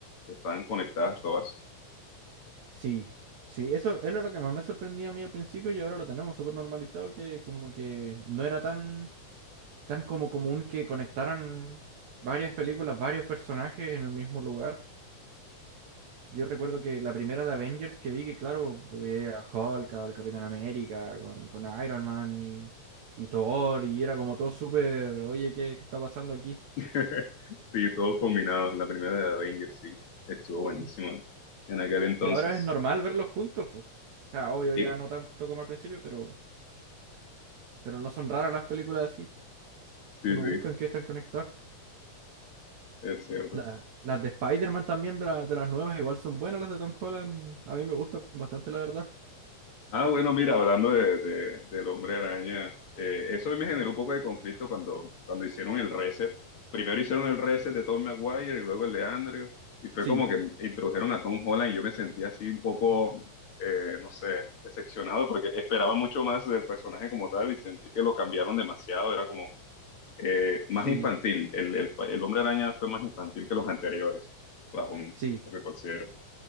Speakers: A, on the left; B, on the right.
A: que están conectadas todas.
B: sí, sí, eso era lo que más me sorprendía a mí al principio y ahora lo tenemos súper normalizado que como que no era tan, tan como común que conectaran varias películas, varios personajes en el mismo lugar. Yo recuerdo que la primera de Avengers que vi, que claro, lo veía a Hulk, al Capitán América, con, con Iron Man y, y Thor, y era como todo súper, oye, ¿qué, qué está pasando aquí?
A: <laughs> Sí, todos combinados. La primera de Avengers, sí, estuvo buenísima
B: Y,
A: en aquel entonces.
B: y ahora es normal verlos juntos, pues. O sea, obvio
A: Eh,
B: ya no tanto como al principio, pero, pero no son raras las películas así.
A: Sí,
B: Uno
A: sí,
B: busca en qué están conectadas.
A: es cierto.
B: La- las de Spider-Man también, de, la- de las nuevas, igual son buenas las de Tom Holland. A mí me gustan bastante, la verdad.
A: Ah, bueno, mira, hablando de, de- del hombre araña, eh, eso me generó un poco de conflicto cuando, cuando hicieron el reset. Primero hicieron el reset de Tom Maguire y luego el de Andrew, y fue
B: Sí,
A: como que introdujeron a Tom Holland y yo me sentí así un poco, eh, no sé, decepcionado porque esperaba mucho más del personaje como tal y sentí que lo cambiaron demasiado, era como eh, más
B: sí,
A: infantil, el, el, el hombre araña fue más infantil que los anteriores, bajo mi-
B: sí.
A: lo que considero.